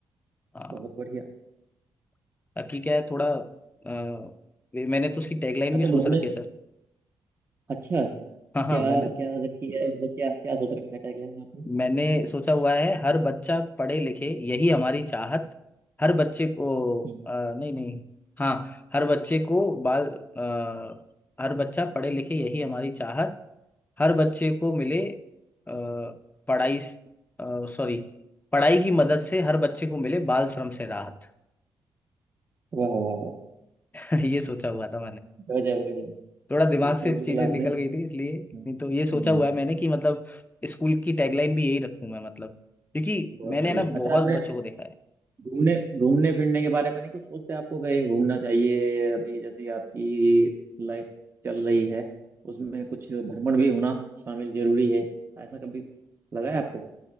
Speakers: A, on the left; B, on the right.
A: हाँ,
B: बहुत बढ़िया
A: ताकि क्या है थोड़ा अ, वे- मैंने तो उसकी टैगलाइन
B: अच्छा
A: भी सोच
B: घूमने
A: रखी है सर,
B: अच्छा
A: हाँ हाँ
B: क्या
A: मैंने
B: क्या रखी है मतलब क्या क्या सोच रखा है टैगलाइन आपने
A: मैंने सोचा हुआ है हर बच्चा पढ़े लिखे यही हमारी चाहत हर बच्चे को
B: हम्म,
A: अ, नहीं नहीं हाँ हर बच्चे को बाल अ, हर बच्चा पढ़े लिखे यही हमारी चाहत हर बच्चे को मिले अ, पढ़ाई सॉरी पढ़ाई की मदद से हर बच्चे को मिले बाल श्रम से राहत
B: वाह वाह वाह
A: <laughs> ये सोचा हुआ था
B: गजब गजब
A: थोड़ा दिमाग
B: ये तो
A: से
B: बिल्कुल
A: चीजें
B: आपने
A: निकल गई थी इसलिए
B: हम्म हम्म,
A: नहीं तो ये सोचा हुआ
B: हम्म,
A: है मैंने
B: हम्म।
A: कि मतलब स्कूल की टैगलाइन भी यही रखूं मैं मतलब क्योंकि
B: बहुत
A: मैंने
B: बढ़िया
A: है ना
B: अच्छा
A: बहुत
B: आपने
A: बच्चों को देखा है
B: घूमने घूमने फिरने के बारे में नहीं कुछ सोचते आपको कहीं घूमना चाहिए अभी जैसे आपकी लाइफ चल रही है उसमें कुछ भ्रमण भी होना शामिल जरूरी है ऐसा कभी लगा है आपको